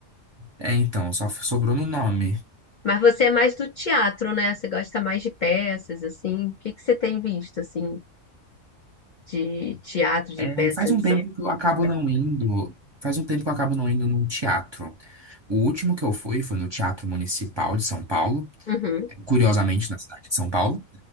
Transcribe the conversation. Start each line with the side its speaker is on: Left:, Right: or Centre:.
Right: É, então, só sobrou no nome.
Left: Mas você é mais do teatro, né? Você gosta mais de peças, assim. O que que você tem visto, assim, de teatro, de
Right: É,
Left: peça
Right: faz
Left: em
Right: um
Left: São...
Right: tempo que eu acabo não indo. Faz um tempo que eu acabo não indo num teatro. O último que eu fui foi no Teatro Municipal de São Paulo,
Left: Uhum.
Right: curiosamente na cidade de São Paulo.